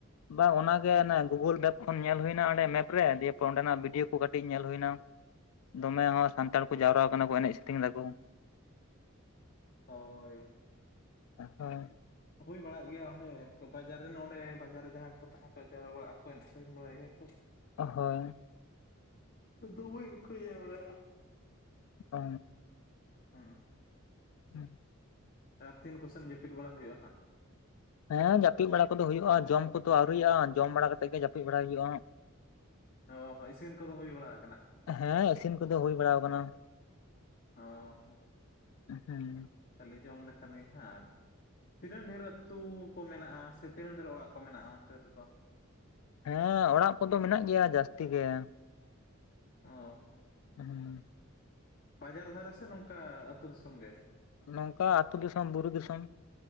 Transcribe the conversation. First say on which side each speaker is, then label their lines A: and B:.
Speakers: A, on the left; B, on the left.
A: ᱵᱟ ᱚᱱᱟ ᱜᱮ ᱜᱩᱜᱩᱞ ᱢᱮᱯ ᱠᱷᱚᱱ ᱧᱮᱞ ᱦᱩᱭ ᱮᱱᱟ ᱚᱸᱰᱮ ᱢᱮᱯ ᱨᱮ ᱫᱤᱭᱮᱯᱚᱨ ᱚᱸᱰᱮᱱᱟᱜ ᱵᱷᱤᱰᱭᱳ ᱠᱚ ᱠᱟᱹᱴᱤᱡ ᱧᱮᱞ ᱦᱩᱭᱱᱟ ᱫᱚᱢᱮ ᱦᱚᱸ ᱥᱟᱱᱛᱟᱲ ᱠᱚ ᱡᱟᱣᱨᱟ ᱠᱟᱱᱟ ᱠᱚ ᱮᱱᱮᱡ ᱥᱤᱨᱤᱧ ᱫᱟᱠᱚ
B: ᱦᱳᱭ
A: ᱦᱳᱭ
B: ᱦᱩᱭ ᱵᱟᱲᱟᱜ ᱜᱮᱭᱟ ᱚᱸᱰᱮ ᱛᱚ ᱵᱟᱡᱟᱨ ᱨᱮᱱ ᱚᱸᱰᱮ ᱵᱟᱡᱟᱨ ᱨᱮ ᱡᱟᱦᱟᱸ ᱠᱚ ᱛᱟᱦᱮᱸ ᱠᱚᱜ ᱡᱟᱣᱨᱟ ᱵᱟᱲᱟᱜᱼᱟ ᱠᱚ ᱮᱱᱮᱡ ᱥᱮᱨᱮᱧ ᱵᱟᱲᱟᱭ ᱜᱮᱭᱟ ᱠᱚ
A: ᱦᱚᱭ
B: ᱫᱚᱢᱮ ᱜᱮᱠᱚ ᱡᱟᱣᱨᱟ-ᱟ
A: ᱚ
B: ᱦᱩᱸ
A: ᱦᱩᱸ
B: ᱟᱨ ᱛᱤᱱ ᱠᱚ ᱥᱮᱱ ᱡᱟᱹᱯᱤᱫ ᱵᱟᱲᱟ ᱦᱩᱭᱩᱜᱼᱟ ᱦᱟᱸᱜ?
A: ᱦᱮᱸ ᱡᱟᱹᱯᱤᱫ ᱵᱟᱲᱟ ᱠᱚᱫᱚ ᱦᱩᱭᱩᱜᱼᱟ ᱡᱚᱢ ᱠᱚᱫᱚ ᱟᱹᱣᱨᱤᱭᱟᱜᱼᱟ ᱡᱚᱢ ᱵᱟᱲᱟ ᱠᱟᱛᱮᱜ ᱜᱮ ᱡᱟᱹᱯᱤᱫ ᱵᱟᱲᱟ ᱦᱩᱭᱩᱜᱼᱟ ᱦᱟᱸᱜ
B: ᱚ ᱦᱚᱸ ᱤᱥᱤᱱ ᱠᱚᱫᱚ ᱦᱩᱭ ᱵᱟᱲᱟ ᱟᱠᱟᱱᱟ
A: ᱦᱮᱸ ᱤᱥᱤᱱ ᱠᱚᱫᱚ ᱦᱩᱭ ᱵᱟᱲᱟ ᱟᱠᱟᱱᱟ
B: ᱚ ᱦᱚᱸ
A: ᱦᱩᱸ
B: ᱠᱷᱟᱹᱞᱤ ᱡᱚᱢ ᱞᱮᱠᱷᱟᱱ ᱜᱮ ᱦᱟᱸᱜ ᱛᱤᱱᱟᱹᱱ ᱰᱷᱮᱨᱚᱜ? ᱟᱹᱛᱩ ᱠᱚ ᱢᱮᱱᱟᱜᱼᱟ ᱥᱮ ᱛᱤᱱᱟᱹᱜ ᱰᱷᱮᱨ ᱚᱲᱟᱜ ᱠᱚ ᱢᱮᱱᱟᱜᱼᱟ ᱚᱱᱛᱮ ᱨᱮᱫᱚ?
A: ᱦᱮᱸ ᱚᱲᱟᱜ ᱠᱚᱫᱚ ᱢᱮᱱᱟᱜ ᱜᱮᱭᱟ ᱡᱟᱹᱥᱛᱤ ᱜᱮ
B: ᱚ
A: ᱦᱩᱸ
B: ᱵᱟᱡᱟᱨ ᱫᱷᱟᱨᱟ ᱥᱮ ᱱᱚᱝᱠᱟ ᱟᱹᱛᱩ ᱫᱤᱥᱚᱢ ᱜᱮ?
A: ᱱᱚᱝᱠᱟ ᱟᱹᱛᱩ ᱫᱤᱥᱚᱢ ᱵᱩᱨᱩ ᱫᱤᱥᱚᱢ